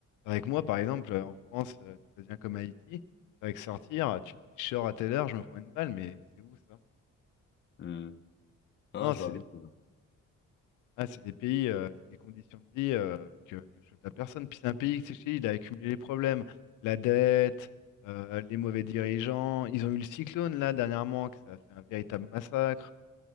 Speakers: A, on the left; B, on the left.
A: Avec moi, par exemple, euh, en France, euh, ça devient comme Haïti, avec sortir, tu te dis, je sors à telle heure, je me prends une balle, mais c'est où ça?
B: Hmm. Non,
A: Non,
B: je
A: c'est...
B: vois bien. Ouais.
A: Ah, c'est des pays, euh, c'est des conditions de vie euh, que, que je souhaite à personne. Puis c'est un pays, c'est Chili, il a accumulé les problèmes, la dette, euh, les mauvais dirigeants. Ils ont eu le cyclone là dernièrement, que ça a fait un véritable massacre.